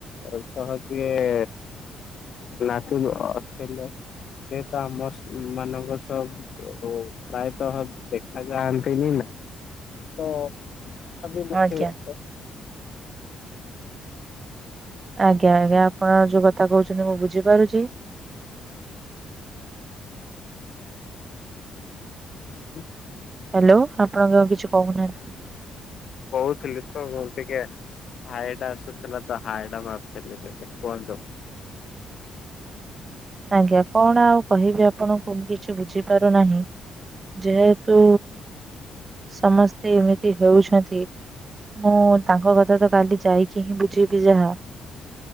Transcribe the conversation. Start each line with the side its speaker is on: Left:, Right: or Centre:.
Left: ଉପର ଯିଏ ନାଚୁର ଅଷ୍ଟ୍ରେଲିଆ ସେ ତ ଆମମାନଙ୍କ ସହ ପ୍ରାୟତଃ ଦେଖା ଯାଆନ୍ତିନି ନା ତ <unintelligible>
Right: ଆଜ୍ଞା ଆଜ୍ଞା ଆଜ୍ଞା ଆପଣ ଯୋଉ କଥା କହୁଛନ୍ତି ମୁଁ ବୁଝିପାରୁଛି। <inaudible>
Left: <inaudible>
Right: ହାଲୋ ଆପଣଙ୍କ ଆ ଉ କିଛି କହୁନାହାନ୍ତି?
Left: କହୁଥିଲି ତ ଟିକେ ହାଏଟା ଆସୁଥିଲା ତ ହାଏଟା ମାରୁଥିଲି ଟିକେ କୁହନ୍ତୁ।
Right: ଆଜ୍ଞା କଣ ଆଉ କହିବି ଆପଣଙ୍କୁ ମୁ କିଛି ବୁଝିପାରୁନାହିଁ। ଯେହେତୁ ସମସ୍ତେ ଏମିତି ହେଉଛନ୍ତି। ମୁଁ ତାଙ୍କ କଥା ତ କାଲି ଯାଇକି ହିଁ ବୁଝିବି ଯାହା।